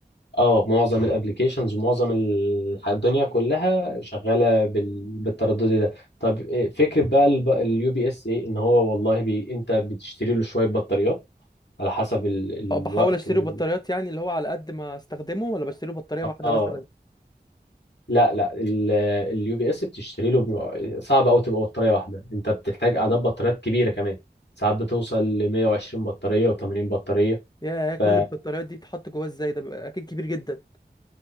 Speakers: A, on the left (about 85°); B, on the left (about 25°).
A: اه معظم الابلكيشنز ومعظم ال- الدنيا كلها شغاله بال... بالتردد ده طب إيه فكره بقى اليو بي اس ايه ان هو والله بي... انت بتشتري له شويه بطاريات على حسب ال... الوقت
B: اه، بحاول اشتري
A: وال...
B: بطاريات يعني اللي هو على قد ما استخدمه ولا بشتري بطارية واحدة
A: اه
B: مثلا
A: لا لا اليو بي اس بتشتري له ب- صعب قوي تبقى بطاريه واحده انت بتحتاج اعداد بطاريات كبيره كمان ساعات بتوصل ل 120 بطاريه و80 بطاريه
B: يا كل
A: ف
B: البطاريات دي بتتحط جواه ازاي ده بيبقى اكيد كبير جدا